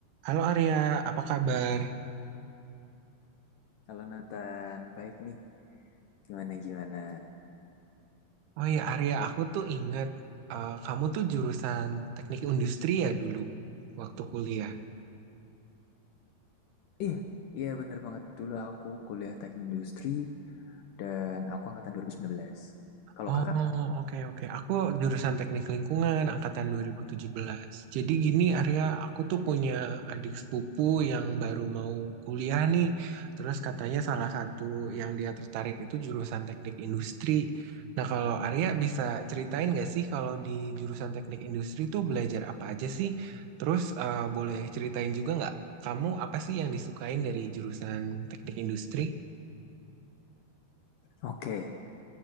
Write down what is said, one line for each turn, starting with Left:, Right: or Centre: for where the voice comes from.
Right: Halo Arya, apa kabar?
Left: Halo Nathan, baik nih. Gimana gimana?
Right: Oh ya Arya, aku tuh inget eh, kamu tuh jurusan teknik industri ya dulu waktu kuliah.
Left: Iya, iya bener banget. Dulu aku kuliah teknik industri dan aku angkatan 2019. Kalau
Right: Oh,
Left: kakak?
Right: oke oke. Aku jurusan Teknik Lingkungan angkatan 2017. Jadi gini Arya, aku tuh punya adik sepupu yang baru mau kuliah nih. Terus katanya salah satu yang dia tertarik itu jurusan Teknik Industri. Nah, kalau Arya bisa ceritain nggak sih kalau di jurusan Teknik Industri tuh belajar apa aja sih? Terus eh, boleh ceritain juga nggak kamu apa sih yang disukain dari jurusan Teknik Industri?
Left: Oke,